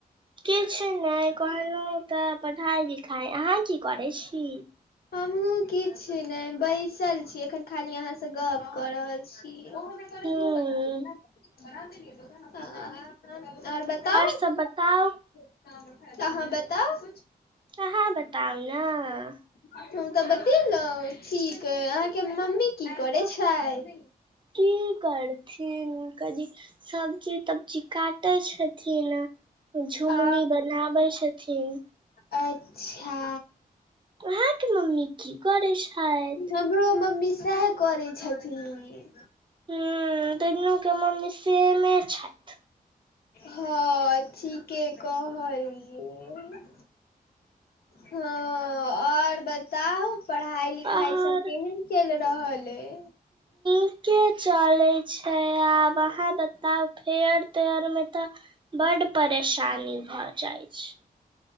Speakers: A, on the right; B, on the left.
A: किछु नय कहलहुँ तऽ पढ़ाइ लिखाइ अहाँ की करै छी
B: हमहुँ किछ नय बैसल छी एखन खाली अहाँ सँ गप कऽ रहल छी छी
A: हूँ
B: आ <unintelligible> हँ आओर बताउ
A: सब
B: तऽ
A: बताउ
B: अहाँ बताउ
A: अहाँ बताउ नऽ
B: हम तऽ बतेलहुँ ठीक एय अहाँकेँ मम्मी की करै छैथ
A: की करथिन कनी सब्जी तब्जी काटै छथिन झुमनी
B: आ
A: बनाबै छथिन
B: अच्छा
A: अहाँकेँ मम्मी की करै छेथ
B: हमरो मम्मी सैह करै छथिन
A: हँ दुनू केँ मम्मी सेमे छैथ
B: हँ ठीके कहलियै हँ आओर बताउ पढ़ाइ लिखाइ
A: आर
B: सब केहन चल रहल अय
A: ठीके चले छै आब अहाँ बताउ फेयर तेयर में तऽ बड्ड परेशानी भऽ जाइ छै